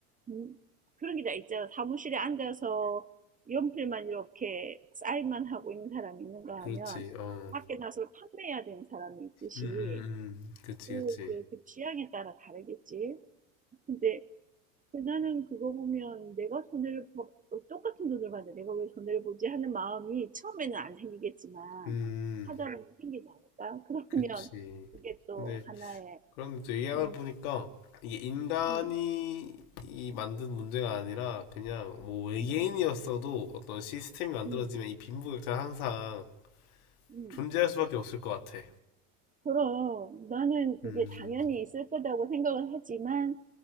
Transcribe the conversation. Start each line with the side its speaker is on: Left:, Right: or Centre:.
Right: 음, 그런 게 다 있잖아. 사무실에 앉아서 연필만 이렇게 쌓일만 하고 있는 사람이 있는가
Left: 그렇지,
Right: 하면
Left: 어,
Right: 밖에 나서 판매해야 되는 사람이 있듯이
Left: 음, 음, 음, 그렇지,
Right: 또
Left: 그렇지,
Right: 이제 그 취향에 따라 다르겠지. 근데 근데 나는 그거 보면 '내가 손해를 보 어 똑같은 돈을 받는데 내가 왜 손해를 보지?' 하는 마음이 처음에는 안 생기겠지만
Left: 음,
Right: 하다 네. 보면 생기지 않을까? <laughs>
Left: 그렇지.
Right: 그러면 그게 또
Left: 근데
Right: 하나의
Left: 그런데 또 얘기하다
Right: 음
Left: 보니까 이게 인간이
Right: 음
Left: 이 만든 문제가 아니라 그냥 뭐 외계인이었어도
Right: 음
Left: 어떤 시스템이 만들어지면
Right: 음
Left: 이 빈부격차는 항상
Right: 음
Left: 존재할 수밖에 없을 것 같아.
Right: 그럼 나는 그게
Left: 음,
Right: 당연히 있을 거라고 생각을 하지만